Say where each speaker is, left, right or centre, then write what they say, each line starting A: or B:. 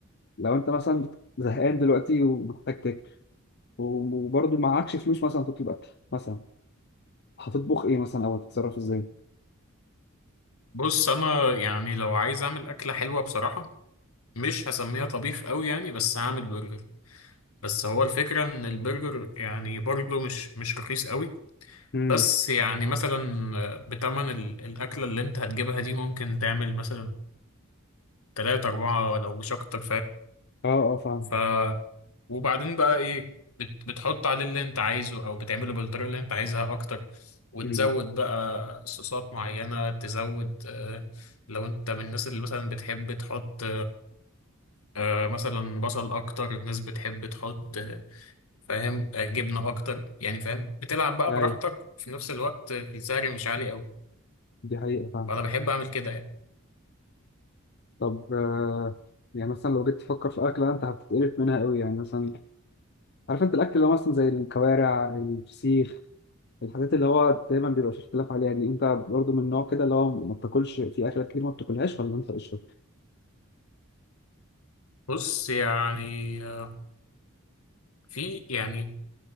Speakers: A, on the left; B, on the left.
A: لو انت مثلا زهقان دلوقتي ومحتاج تاكل وبرضه معكش فلوس مثلا تطلب اكل مثلا هتطبخ ايه مثلا او هتتصرف ازاي؟
B: بص انا يعني لو عايز اعمل اكله حلوه بصراحه مش هسميها طبيخ قوي يعني بس هعمل برجر بس هو الفكره ان البرجر يعني برضه مش مش رخيص قوي
A: امم
B: بس يعني مثلا آه، بتمن ال- الاكله اللي انت هتجيبها دي ممكن تعمل مثلا تلاتة أربعة لو مش أكتر
A: اه اه فاهم
B: فاهم وبعدين بقى ايه بت بتحط عليه اللي انت عايزه او بتعمله بالطريقه اللي انت عايزها اكتر وتزود
A: امم
B: بقى صوصات معينه تزود آه لو انت من الناس اللي مثلا بتحب تحط آه مثلا بصل اكتر ناس بتحب تحط آه، فاهم آه، جبنه اكتر يعني فاهم بتلعب بقى
A: اي
B: براحتك وفي نفس الوقت السعر مش عالي قوي
A: دي حقيقة فاهم
B: فانا بحب اعمل كده يعني
A: طب آه يعني مثلا لو جيت تفكر في اكله انت هتتقرف منها قوي يعني مثلا عارف انت الاكل اللي هو مثلا زي الكوارع الفسيخ الحاجات اللي هو دايما بيبقى في اختلاف عليها دي انت برضو من النوع كده اللي هو ما بتاكلش في اكلات كتير ما بتاكلهاش ولا انت قشطه
B: بص يعني آه، في يعني